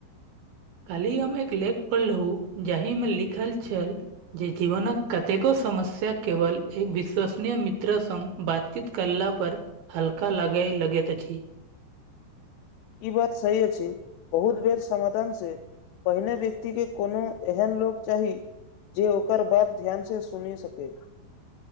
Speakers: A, on the right (about 75°); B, on the left (about 90°).
A: काल्हि हम एक लेख पढ़लहुँ जाहिमे लिखल छल जे जीवनक कतेको समस्या केवल एक विश्वसनीय मित्र संग बातचीत करला पर हल्का लागे लगैत अछि
B: ई बात सही अछि बहुत बेर समाधान से पहिने व्यक्तिके कोनो एहन लोक चाही जे ओकर बात ध्यानसँ सुनि सकै